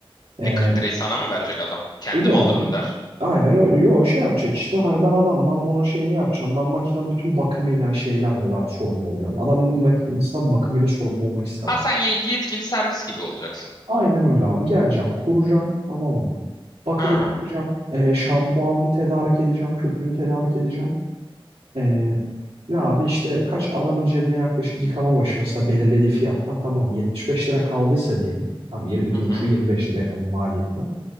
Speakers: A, on the right; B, on the left.
A: Eee
B: E 40 lirayı sana mı verecek adam? Kendim
A: yo
B: alırım der.
A: aynen öyle. Yo şey yapacak işte hani ben adamdan bunun şeyini yapacağım. Ben makinenin bütün bakımıyla şeyle de ben sorumlu olacağım. Adam bunun makinesinden bakımıyla sorumlu olmak istemez.
B: Ha sen ye- yetkili servis gibi olacaksın.
A: Aynen öyle abi. Geleceğim, kuracağım, tamam mı? Bakımını
B: Hı hı.
A: yapacağım. E, şampuanını tedarik edeceğim, köpüğünü tedarik edeceğim. E, ya abi işte kaç adamın cebine yaklaşık yıkama başı mesela belirlediği fiyattan tamam 75 lira kaldıysa diyelim. Tamam yirmi iki
B: hı.
A: buçuğu 25 lira yapalım maliyetine.